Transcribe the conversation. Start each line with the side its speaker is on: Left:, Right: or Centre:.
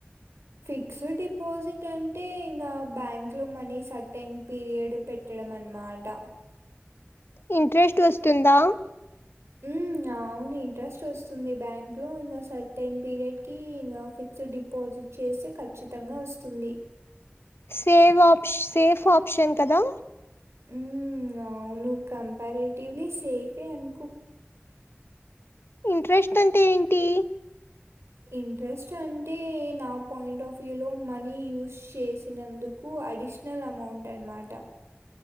Right: ఫిక్స్డ్ డిపాజిట్ అంటే ఇంకా బ్యాంకు లో మనీ సర్టైన్ పీరియడ్ పెట్ వేడం అన్నమాట
Left: ఇంట్రెస్ట్ వస్తుందా
Right: ఉహ్మ్ అవును ఇంట్రెస్ట్ వస్తుంది బ్యాంక్ లో ఇంకా సర్టెన్ పీరియడ్ కి ఇంకా ఫిక్ ఫిక్స్డ్ డిపాజిట్ చేస్తే ఖచ్చితంగా వస్తుంది
Left: సేవ్ ఆప్స్ సేఫ్ ఆప్షన్ కదా
Right: ఉ అవును కంపారేటివ్లీ సేఫ్ ఏయ్ అనుకో
Left: ఇంట్రెస్ట్ అంటే ఏంటి
Right: ఇంట్రెస్ట్ అంటే నా పాయింట్ ఆఫ్ వ్యూ లో మనీ యూస్ చేసినందుకు కు అడిషనల్ అమౌంట్ అన్నమాట